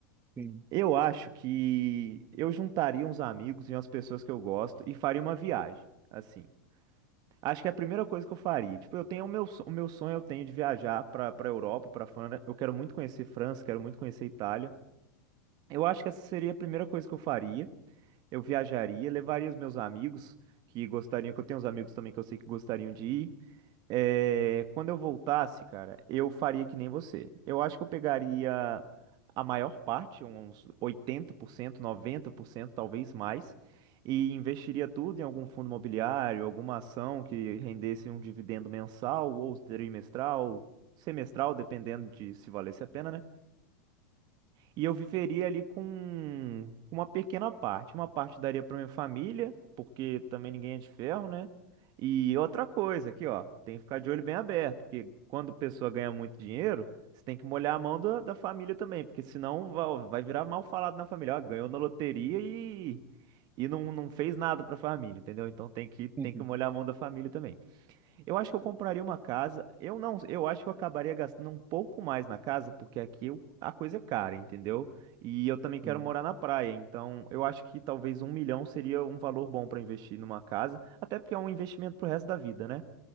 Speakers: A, on the right; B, on the right.
A: Sim.
B: eu acho que eu juntaria uns amigos e umas pessoas que eu gosto e faria uma viagem. Assim, Acho que é a primeira coisa que eu faria. Tipo, eu tenho o meu, so- o meu sonho eu tenho de viajar para para Europa, para França. Eu quero muito conhecer França, quero muito conhecer Itália. Eu acho que essa seria a primeira coisa que eu faria. Eu viajaria, levaria os meus amigos que gostariam, que eu tenho uns amigos também que eu sei que gostariam de ir. É, quando eu voltasse, cara, eu faria que nem você. Eu acho que eu pegaria a maior parte, uns oitenta por cento, noventa por cento, talvez mais, e investiria tudo em algum fundo imobiliário, alguma ação que rendesse um dividendo mensal ou trimestral, semestral, dependendo de se valesse a pena, né? E eu viveria ali com com uma pequena parte. Uma parte daria para minha família, porque também ninguém é de ferro, né? E outra coisa aqui, ó, tem que ficar de olho bem aberto, porque quando a pessoa ganha muito dinheiro, você tem que molhar a mão da, da família também, porque senão vai, vai virar mal falado na família. Ó, ganhou na loteria e, e não, não fez nada para a família, entendeu? Então tem que, tem
A: <laughs>
B: que molhar a mão da família também. Eu acho que eu compraria uma casa. Eu não, eu acho que eu acabaria gastando um pouco mais na casa, porque aqui eu- a coisa é cara, entendeu? E eu também quero
A: Sim.
B: morar na praia, então eu acho que talvez um milhão seria um valor bom para investir numa casa, até porque é um investimento pro resto da vida, né?